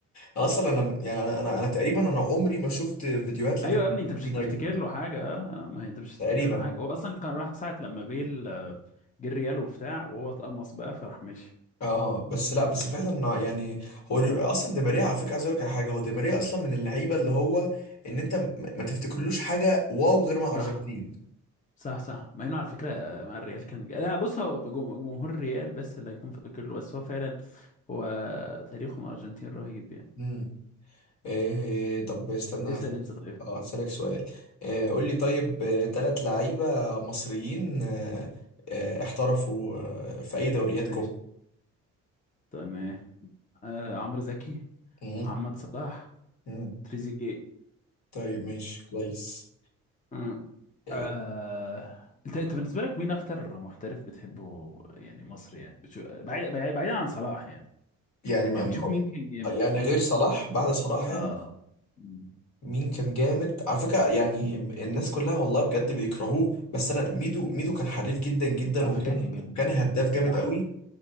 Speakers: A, on the left; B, on the left.
A: انا
B: مم.
A: اصلا انا يعني انا انا انا تقريبا انا عمري ما شفت فيديوهات لدي
B: ايوه
A: ماريا
B: يا ابني انت مش
A: في يونايتد
B: هتفتكر له حاجه اه آه، ما هي انت مش
A: تقريبا
B: هتفتكر له حاجه هو اصلا كان راح ساعه لما بيل آه، جه الريال وبتاع وهو اتقمص بقى فراح مشي
A: اه بس لا بس فعلا يعني هو دي- اصلا دي ماريا على فكره عايز اقول لك على حاجه هو دي ماريا اصلا من اللعيبه اللي هو ان انت م- ما تفتكرلوش حاجه واو غير مع ارجنتين
B: صح صح صح مع انه على فكره آه، مع الريال كان جا- لا بص هو جم- جمهور الريال بس اللي هيكون فاكر له بس هو فعلا هو تاريخه مع الارجنتين رهيب يعني
A: مم. إيه طب استنى
B: اسال
A: هسأل-
B: انت طيب
A: اه هسألك سؤال إيه قول لي طيب ثلاث لعيبة مصريين آه، آه، احترفوا آه، في أي دوريات
B: ماشي
A: كوب
B: تمام آه عمرو زكي
A: مم،
B: محمد صلاح
A: مم.
B: تريزيجيه
A: طيب ماشي كويس
B: مم.
A: إيه
B: آه... انت انت بالنسبه لك مين اكتر محترف بتحبه يعني مصري يعني بتشو... بعيد... بعيد... بعيد عن صلاح يعني
A: يعني ما
B: يعني
A: ما-
B: بتشوف مين كان جامد
A: يعني غير صلاح بعد صلاح يعني
B: اه مم.
A: مين كان جامد على فكرة يعني الناس كلها والله بجد بيكرهوه بس أنا ميدو ميدو كان حريف جدا جدا
B: على
A: وكان
B: فكره كان جامد
A: وكان
B: جدا
A: هداف جامد
B: صح
A: قوي